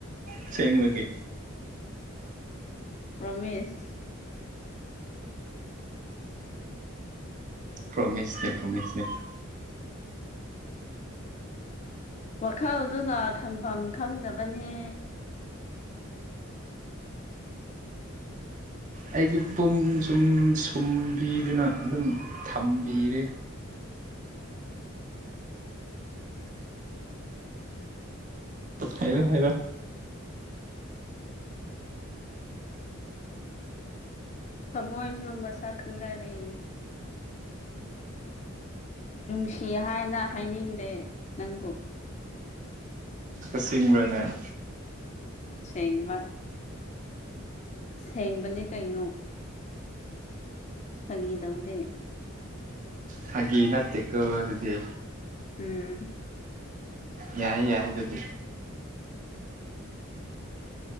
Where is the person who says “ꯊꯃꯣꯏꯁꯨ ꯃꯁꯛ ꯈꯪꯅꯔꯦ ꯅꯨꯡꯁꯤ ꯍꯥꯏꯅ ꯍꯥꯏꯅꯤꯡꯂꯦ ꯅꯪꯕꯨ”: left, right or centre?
Left